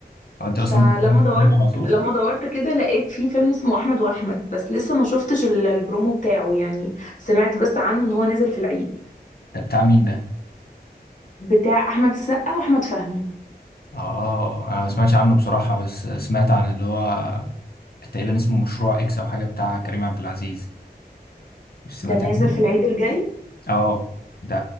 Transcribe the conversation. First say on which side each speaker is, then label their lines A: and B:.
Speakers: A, on the left (about 65°); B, on the left (about 50°).
A: هو انت
B: فلما
A: اصلا بتحبي
B: دورت
A: السينما على طول
B: لما دورت كده لقيت في فيلم اسمه احمد واحمد بس لسه ما شفتش ال- البرومو بتاعه يعني سمعت بس عنه ان هو نازل في العيد
A: ده بتاع مين ده
B: بتاع احمد السقا واحمد فهمي
A: اه انا ما سمعتش عنه بصراحه بس سمعت عن اللي هو تقريبا اسمه مشروع اكس او حاجه بتاع كريم عبد العزيز مش سمعت
B: ده نازل
A: عنه
B: في العيد الجاي
A: اه ده